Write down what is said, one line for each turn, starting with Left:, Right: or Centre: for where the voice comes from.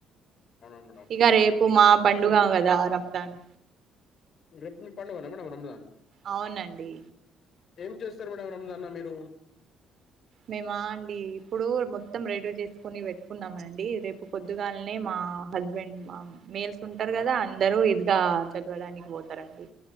Left: అవునా మేడం
Right: ఇక రేపు మా పండుగ
Left: మేడం
Right: కదా రంజాన్
Left: <inaudible>
Right: అవునండి
Left: ఏం చేస్తారు మేడం రంజాన్న మీరు
Right: మేమా అండి ఇప్పుడు మొత్తం రెడీ చేసుకుని పెట్టుకున్నామ అండి రేపు పొద్దుగాలనే మా హస్బెండ్ మా మేల్స్ ఉంటారు కదా అందరు ఇదిగా చదవడానికి పోతారండి